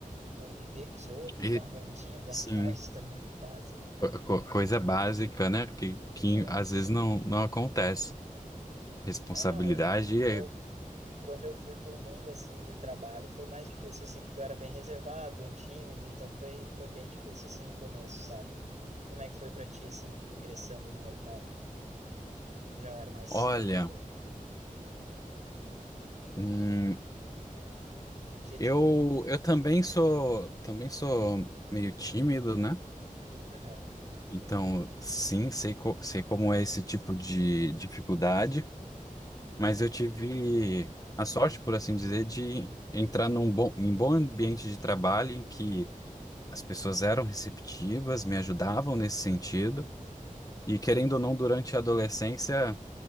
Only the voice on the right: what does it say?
Conviver com os outros,
dar um bom dia, <laughs> uma boa
tarde também, básico.
Ah,
é, não, eu,
eu quando eu fui para o mundo assim de trabalho foi mais difícil assim porque eu era bem reservado bem tímido então foi foi bem difícil assim no começo sabe como é que foi para ti assim ingressando no mercado Eu já era mais
tranquilo
porque tipo
eu não não
Aham.
Uhum.